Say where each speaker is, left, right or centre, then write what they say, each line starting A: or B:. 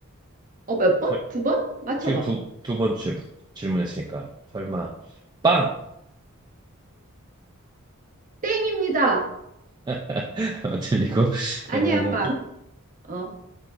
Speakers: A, on the right; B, on the right.
A: 어, 몇 번?
B: 설-
A: 두 번? 맞춰봐.
B: 지금 두, 두 번쯤 질문했으니까 설마 빵!
A: 땡입니다.
B: <laughs> 들리고 그러면은
A: 아니야, 빵. 어,